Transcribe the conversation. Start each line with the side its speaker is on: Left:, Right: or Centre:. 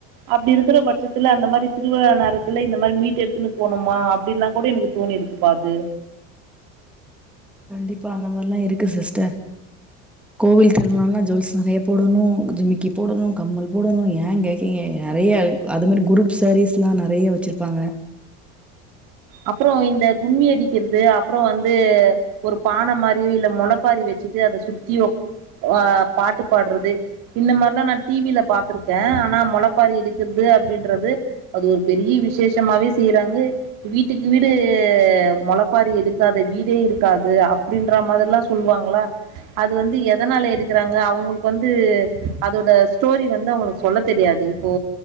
Right: அப்டி இருக்குற பட்சத்துல அந்த மாரி திருவிழா நேரத்துல இந்த மாரி மீட் எடுத்துன்னு போணுமா அப்டி எல்லா கூட எனக்கு தோணி இருக்குப்பா அது
Centre: கண்டிப்பா அந்த மாரிலாம் இருக்கு சிஸ்டர் கோவில் திருவிழால்லாம் ஜொவல்ஸ் நிறைய போடணும் ஜிமிக்கி போடணும் கம்மல் போடணும் ஏ கேகீறிங்க நிறைய அது மாதிரி குரூப் சேரீஸ்லாம் நறையா வந் வச்சிருப்பாங்க
Right: அப்புறம் இந்த கும்மி அடிக்கிறது அப்புறம் வந்து ஒரு பானை மாதிரியோ இல்ல முளைப்பாரி வச்சுட்டு அதை சுத்தியோ ஆஹ் பாட்டு பாடுறது இந்த மாதிரில்லாம் நான் டிவில பா்த்திருக்கேன் ஆனா முளைப்பாரி எடுக்கிறது அப்படின்றது அது ஒரு பெரிய விசேஷமாவே செய்யறாங்க வீட்டுக்கு வீடு மொளப்பாரி எடுக்காத வீடே இருக்காது அப்படின்ற மாதிரில்லாம் சொல்லுவாங்களா அது வந்து எதனால எடுக்கறாங்க அவங்களுக்கு வந்து அதோட ஸ்டோரி வந்து அவங்களுக்கு சொல்ல தெரியாது இப்போ